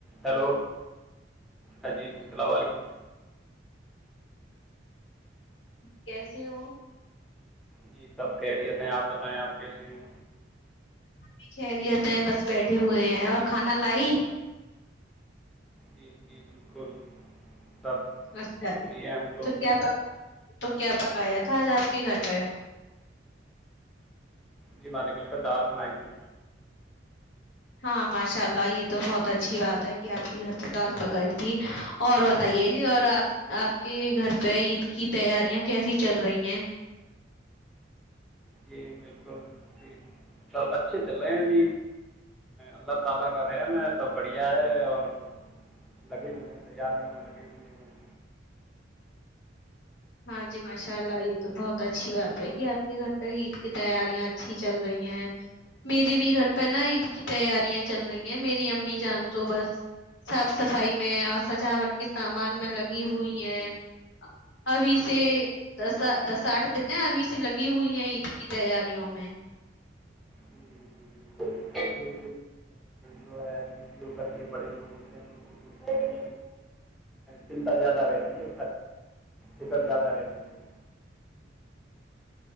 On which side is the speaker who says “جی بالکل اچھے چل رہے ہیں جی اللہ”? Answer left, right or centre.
Centre